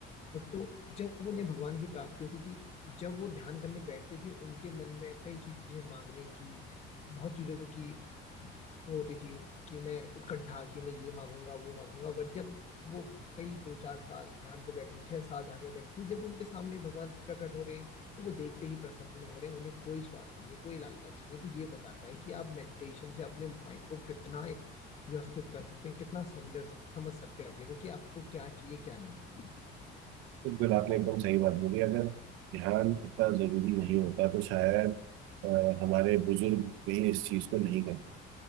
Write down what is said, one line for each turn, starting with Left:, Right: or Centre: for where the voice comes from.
Left: तो जब उन्हें भगवान की प्राप्ति होती थी जब वो ध्यान करने बैठते थे उनके मन में कई चीजें मांगने की बहुत चीजों की वो होती थी कि मैं उत्कंठा कि मैं ये मांगूंगा वो मांगूंगा बट जब वो कई दो चार साल ध्यान पे बैठे छह साल ध्यान में बैठे जब उनके सामने भगवान प्रकट हो रहे हैं तो वो देखते ही प्रसन्न हो रहे हैं उन्हें कोई स्वार्थ नहीं है कोई लालच नहीं है तो ये बताता है कि आप मेडिटेशन से अपने माइंड को कितना व्यवस्थित कर सकते हैं कितना समझ समझ सकते हैं अपने को कि आपको क्या चाहिए क्या नहीं
Right: बिल्कुल आपने एकदम सही बात बोली अगर ध्यान इतना जरूरी नहीं होता तो शायद अ, हमारे बुजुर्ग भी इस चीज को नहीं करते